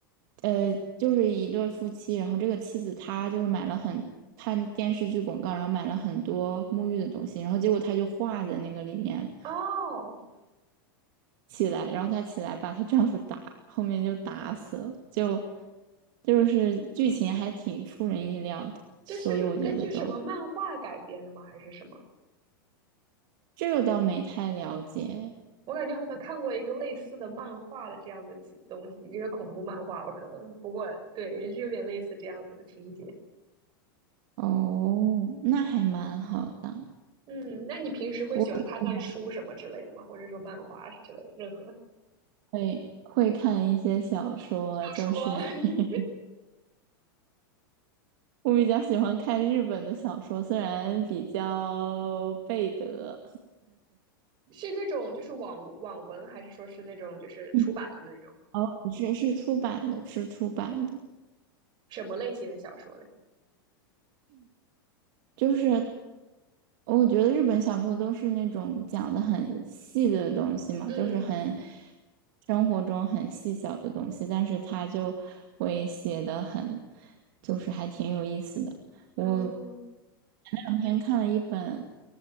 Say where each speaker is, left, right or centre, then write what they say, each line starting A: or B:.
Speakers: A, on the right (about 60°); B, on the right (about 40°).
A: 呃，就是一对夫妻，然后这个妻子她就是买了很看电视剧广告，然后买了很多沐浴的东西，然后结果她就化在那个里面了
B: 哦，
A: 起来，然后她起来把她丈夫打，后面就打死了，就就是剧情还挺出人意料的。所以我觉得就
B: 这是个根据什么漫画改编的吗？还是什么？
A: 这个倒没太了解
B: 我感觉好像看过一个类似的漫画的这样的情东西，一个恐怖漫画吧，可能。不过对，也是有点类似这样子的情节。
A: 哦，那还蛮好的。
B: 嗯，那你平时会喜欢看看书什么之类的吗？
A: 我我
B: 或者说漫画之类，任何
A: 还会会看一些小说，就是
B: 小说
A: <laughs>
B: <laughs>
A: 我比较喜欢看日本的小说，虽然比较背德。
B: 是那种就是网网文，还是说是那种就是出版的那种
A: 嗯哦，是是出版的，是出版的。
B: 什么类型的小说嘞？
A: 就是我觉得日本小说都是那种讲的很细的东西嘛，
B: 嗯
A: 就是很生活中很细小的东西，但是他就会写的很，就是还挺有意思的。我。
B: 嗯，
A: 两天看了一本